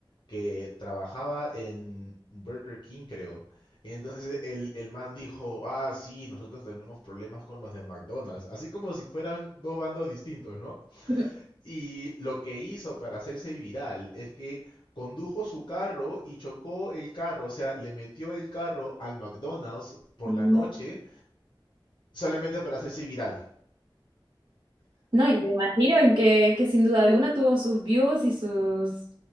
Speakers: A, on the left; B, on the right.
A: que trabajaba en Burger King, creo. Y entonces el, el man dijo, ah, sí, nosotros tenemos problemas con los de McDonald's, así como si fueran dos bandos distintos, ¿no?
B: <laughs>
A: Y lo que hizo para hacerse viral es que condujo su carro y chocó el carro, o sea, le metió el carro al McDonald's por
B: No.
A: la noche solamente para hacerse viral.
B: No, y me imagino que, que sin duda alguna tuvo sus views y sus